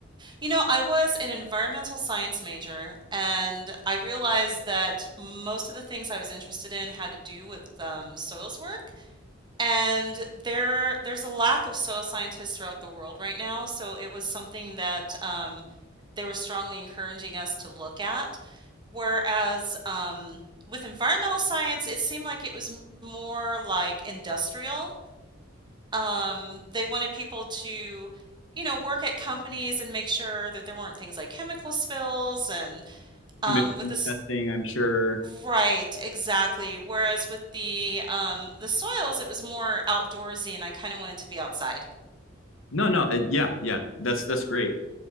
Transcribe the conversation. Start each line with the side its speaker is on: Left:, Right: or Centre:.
Right: You know, I was an environmental science major, and I realized that most of the things I was interested in had to do with um, soils work. And there, there's a lack of soil scientists throughout the world right now, so it was something that um, they were strongly encouraging us to look at. Whereas um, with environmental science, it seemed like it was more like industrial. Um, they wanted people to, you know, work at companies and make sure that there weren't things like chemical spills and um,
Left: emission
Right: with this,
Left: testing, I'm sure.
Right: right, exactly. Whereas with the um, the soils, it was more outdoorsy, and I kind of wanted to be outside.
Left: No, no, it, yeah, yeah, that's that's great.